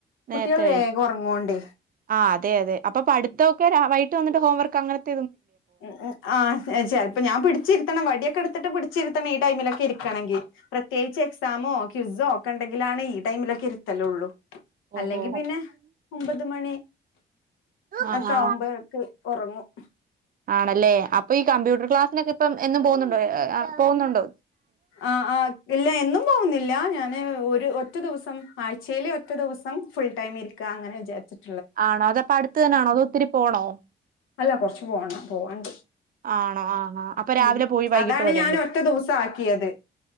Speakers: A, on the right (about 45°); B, on the left (about 85°).
A: നേരത്തെ
B: കുട്ടികൾ വേഗം ഉറങ്ങോണ്ടേ
A: ആ അതെ അതെ അപ്പൊ പഠിത്തൊക്കെ രാവട്ട് വന്നി്ോംവർക്ക് അനത്തെ
B: ഉ ഉ ആ ചിലപ്പോ ഞാൻ പിടിച്ചിരുത്തണം വടിയൊക്കെ എടു ഇത്തിട്ട് പിടിച്ചിത്തണം ഈ ടൈമിലൊക്കെ ഇരിക്കണെങ്കിൽ പ്രത്യേകി എക്സാമോ ക്യൂസോ ഒക്കെ ഉണ്ടെങ്കിലാണ് ഈ ടൈമൊക്കെ ഇരുത്തല്ലേള്ളൂ
A: ഓഹോ
B: അല്ലെങ്കിൽ പിന്നെ ഒമ്പത് മണി
A: ആ
B: അക്ക
A: ആ
B: ഒ്പോക്ക് ഒറങ്ങും
A: ആണല്ലേ ഇ ഈ കമ്പ്യൂർ ലസിനൊെ ഇം എന്നും പോകുന്നുണ്ടോ പോകുന്നുണ്ടോ
B: ആ ആഹ് ഇല്ല എന്നും പോകുന്നില്ല ഞാൻ ഒരു ഒറ്റ ദിവസം ആഴ്ചയില ഒറ്റ ദിവസം ഫുൾ ടൈം ഇരിക്കുക അങ്ങനെ വിചാരിച്ചിട്ട
A: ആണോ അതപ്പ അടുത്തു തന്നൊണോ അത് ഒത്തിരി പോണോ
B: അല്ല കൊറച്ച്ു പോണം പോവാണ്ട്
A: ആണോ ആ അപ്പൊ രാവിലെ
B: ഉം.
A: പോയി വൈകിട്ട്
B: അതാണ്
A: വരാൻ
B: ഞാൻ
A: പറ്റി
B: ഒറ്റ ദിവസം ആക്കിയത്